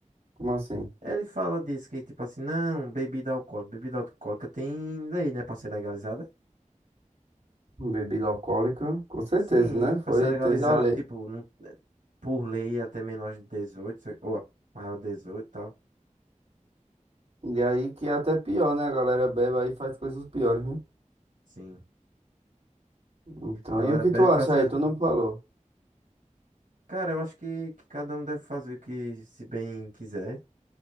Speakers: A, on the right; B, on the right.
A: Como assim?
B: Ele fala disso, que tipo assim, não, bebida alcoólica, bebida alcoólica tem lei, né, pra ser legalizada?
A: Bebida alcoólica, com certeza,
B: Sim,
A: né?
B: pra
A: Foi,
B: ser legalizado,
A: teve a lei.
B: tipo, não- por lei até menor de 18 ou maior de 18 e tal.
A: E aí que é até pior, né? A galera bebe aí e faz coisas piores, né?
B: Sim.
A: Então,
B: Galera
A: e o que
B: bebe,
A: tu acha
B: faz coisas
A: aí? Tu não falou.
B: Cara, eu acho que, que cada um deve fazer o que se bem quiser.